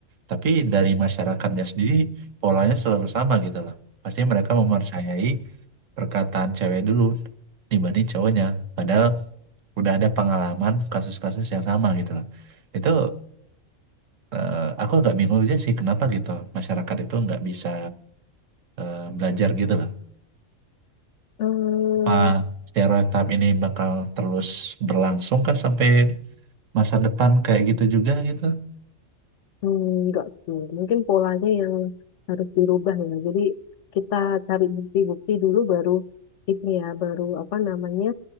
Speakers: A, on the right; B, on the left.
A: Tapi dari masyarakatnya sendiri polanya selalu sama gitu loh. Pasti mereka mempercayai perkataan cewek dulu dibanding cowoknya, padahal udah ada pengalaman kasus-kasus yang sama gitu loh. Itu eh, aku agak bingung aja sih kenapa gitu masyarakat itu nggak bisa eh, belajar gitu loh.
B: eh,
A: apa stereotip ini bakal terus berlangsung kah sampai masa depan kayak gitu juga gitu?
B: hmm, enggak sih mungkin polanya yang harus dirubah ya jadi kita cari bukti-bukti dulu baru ini ya baru apa namanya